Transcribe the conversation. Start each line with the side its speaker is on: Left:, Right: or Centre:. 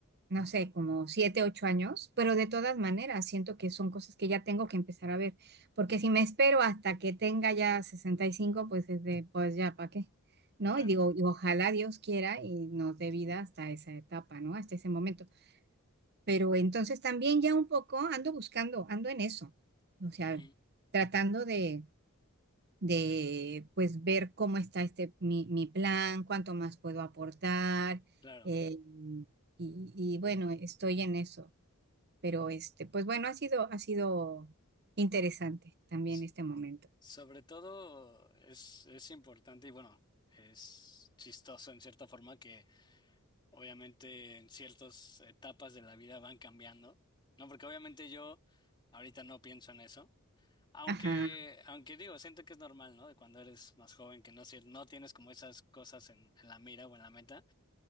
Right: no sé, como siete, ocho años, pero de todas maneras siento que son cosas que ya tengo que empezar a ver, porque si me espero hasta que tenga ya 65 pues es de, pues ya, ¿para qué? ¿No?
Left: claro.
Right: Y digo, y ojalá Dios quiera y nos dé vida hasta esa etapa, ¿no? Hasta ese momento. Pero entonces también ya un poco ando buscando, ando en eso, o sea,
Left: Ujú,
Right: tratando de, de pues ver cómo está este, mi, mi plan, cuánto más puedo aportar.
Left: claro.
Right: eh, y, y bueno, estoy en eso. Pero este, pues bueno, ha sido, ha sido interesante también
Left: S-
Right: este momento.
Left: Sobre todo es, es importante y bueno, es chistoso en cierta forma que obviamente en ciertas etapas de la vida van cambiando, ¿no? Porque obviamente yo ahorita no pienso en eso. Aunque,
Right: Ajá,
Left: aunque digo, siento que es normal, ¿no? De cuando eres más joven, que no, es cier- no tienes como esas cosas en, en la mira o en la meta.